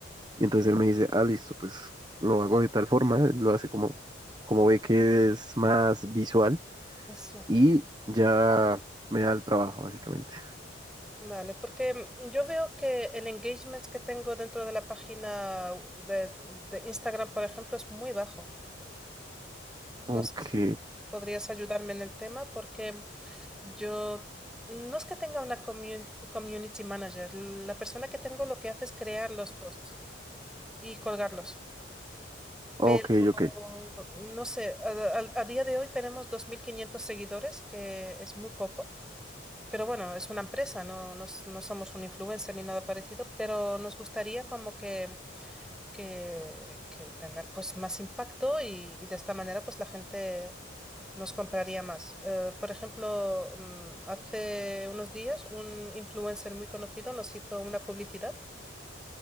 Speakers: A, on the right; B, in the centre.
A: Y entonces él me dice, ah, listo, pues lo hago de tal forma, él lo hace como, como ve que es más visual
B: Sí,
A: y ya me da el trabajo, básicamente.
B: vale, porque mm, yo veo que el engagement que tengo dentro de la página de, de Instagram, por ejemplo, es muy bajo. No
A: Ok,
B: sé si podrías ayudarme en el tema porque yo no es que tenga una commun- community manager. La persona que tengo lo que hace es crear los posts y colgarlos.
A: ok,
B: Pero
A: ok,
B: no sé, a, a- a día de hoy tenemos 2.500 seguidores, que es muy poco. Pero bueno, es una empresa, no, no, s- no somos un influencer ni nada parecido, pero nos gustaría como que que, que tener pues más impacto y, y de esta manera pues la gente nos compraría más. Eh, por ejemplo, mm, hace unos días un influencer muy conocido nos hizo una publicidad